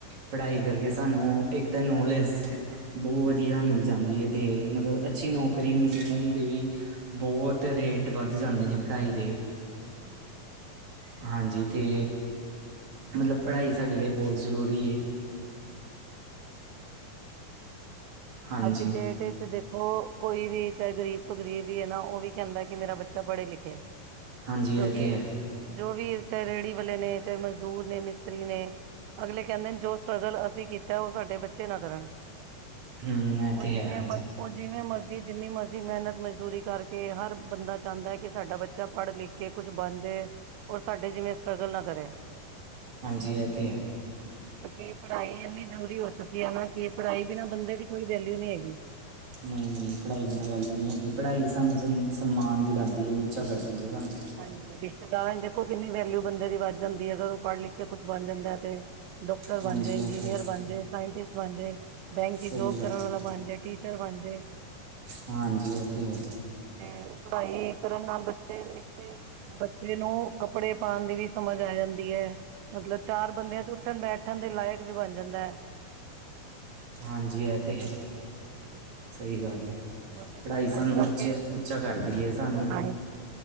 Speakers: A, on the right; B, on the right.
A: ਪੜ੍ਹਾਈ
B: ਹਾਂਜੀ
A: ਕਰਕੇ ਸਾਨੂੰ ਇੱਕ ਤੇ ਨੋਲੇਜ ਬਹੁਤ ਵਧੀਆ ਮਿਲ ਜਾਂਦੀ ਹੈ। ਤੇ ਮਤਲਬ ਅੱਛੀ ਨੌਕਰੀ ਮਿਲਣ ਦੀ ਵੀ ਬਹੁਤ ਰੇਟ ਵੱਧ ਜਾਂਦੇ ਨੇ ਪੜ੍ਹਾਈ ਦੇ।
B: ਹਾਂਜੀ
A: ਹਾਂਜੀ ਤੇ ਮਤਲਬ ਪੜ੍ਹਾਈ ਸਾਡੇ ਲਈ ਬਹੁਤ ਜ਼ਰੂਰੀ ਏ।
B: <inaudible>
A: ਹਾਂਜੀ
B: ਅੱਜ ਦੀ ਡੇਟ 'ਚ ਦੇਖ ਖੋ ਕੋਈ ਵੀ ਚਾਏ ਗ਼ਰੀਬ ਤੋਂ ਗ਼ਰੀਬ ਵੀ ਹੈ ਨਾ ਓ ਵੀ ਕੈਂਦਾ ਕਿ ਮੇਰਾ ਬੱਚਾ ਪੜ੍ਹੇ ਲਿਖੇ।
A: ਹਾਂਜੀ
B: ਕਿਉਂਕਿ
A: ਇਹ ਤਾਂ ਹੈ
B: ਜੋ ਵੀ ਚਾਏ ਰੇੜੀ ਵਾਲੇ ਨੇ, ਚਾਏ ਮਜ਼ਦੂਰ ਨੇ ਮਿਸਤਰੀ ਨੇ ਅਗਲੇ ਕੈਂਦੇਨ ਜੋ ਸਟਰਗਲ ਅਸੀਂ ਕੀਤਾ ਓ ਸਾਡੇ ਬੱਚੇ ਨਾ ਕਰਨ।
A: ਹੂੰ ਇਹ
B: ਓ
A: ਤੇ
B: ਜਿਵੇਂ
A: ਹੈ ਹਾਂਜੀ
B: ਮਰ ਓ ਜਿਵੇਂ ਮਰ ਜੀ ਜਿੰਨੀ ਮਰਜ਼ੀ ਮੈਨਤ ਮਜ਼ਦੂਰੀ ਕਰਕੇ ਹਰ ਬੰਦਾ ਚਾਂਦਾ ਐ ਕਿ ਸਾਡਾ ਬੱਚਾ ਪੜ੍ਹ ਲਿਖ ਕੇ ਕੁਛ ਬਨ ਜੇ। ਔਰ ਸਾਡੇ ਜਿਵੇਂ ਸਟਰਗਲ ਨਾ ਕਰੇ।
A: ਹਾਂਜੀ, ਐ ਤੇ ਹੈ।
B: ਕਿਉਂਕਿ ਪੜ੍ਹਾਈ ਇੰਨੀ ਜ਼ਰੂਰੀ ਹੋ ਚੁੱਕੀ ਐ ਨਾ ਕਿ ਪੜ੍ਹਾਈ ਬਿਨਾ ਬੰਦੇ ਦੀ ਕੋਈ ਵੈਲਿਊ ਨੀ ਹੈਗੀ।
A: ਨਈ-ਨਈ ਪੜ੍ਹਾਈ ਬਿਨਾਂ ਵੈਲਿਊ ਨੀ ਹੈਗੀ, ਪੜ੍ਹਾਈ ਸਾਨੂੰ ਸ ਸਨਮਾਨ ਦਿਲਾਂਦੀ ਐ, ਉੱਚਾ ਕਰਦੀ ਐ ਸਾਨੂੰ।
B: ਹਾਂਜੀ ਰਿਸ਼ਤੇਦਾਰਾਂ 'ਚ ਦੇਖੋ ਕਿੰਨੀ ਵੈਲਿਊ ਬੰਦੇ ਦੀ ਵੱਧ ਜਾਂਦੀ ਐ ਅਗਰ ਓ ਪੜ੍ਹ ਲਿਖ ਕੇ ਕੁਛ ਬਨ ਜਾਂਦਾ ਤੇ। ਡਾਕਟਰ ਬਨ
A: ਹਾਂਜੀ
B: ਜੇ, ਇੰਜੀਨੀਅਰ
A: ਇਹ ਤੇ ਹੈ
B: ਬਨ ਜੇ, ਸਾਇੰਟਿਸਟ ਬਨ ਜੇ, ਬੈਂਕ
A: ਸਹੀ
B: ਚ ਜੋਬ
A: ਗੱਲ
B: ਕਰਨ ਵਾਲਾ
A: ਹੈ
B: ਬਣ ਜੇ ਟੀ ਟੀਚਰ ਬਨ ਜੇ।
A: ਹਾਂਜੀ, ਐ ਤੇ ਹੈ।
B: ਤੇ ਪੜ੍ਹਾਈ ਕਰਨ ਨਾਲ ਬੱਚੇ ਤੇ ਬੱਚੇ ਨੂੰ ਕੱਪੜੇ ਪਾਨ ਦੀ ਵੀ ਸਮਝ ਆ ਜਾਂਦੀ ਐ। ਮਤਲਬ ਚਾਰ ਬੰਦੇਆਂ 'ਚ ਉੱਠਨ ਬੈਠਨ ਦੇ ਲਾਇਕ ਵੀ ਬਨ ਜਾਂਦਾ ਐ।
A: ਹਾਂਜੀ, ਐ ਤੇ ਹੈ।
B: ਹਾਂਜੀ
A: ਸਈ ਗੱਲ ਏ,
B: ਔਰ ਦੇਖੋ
A: ਪੜ੍ਹਾਈ ਸਾਨੂੰ
B: ਕਰਕੇ
A: ਉੱਚੇ ਉੱਚਾ ਕਰਦੀ ਏ, ਸਾਨੂੰ
B: ਹਾਂਜੀ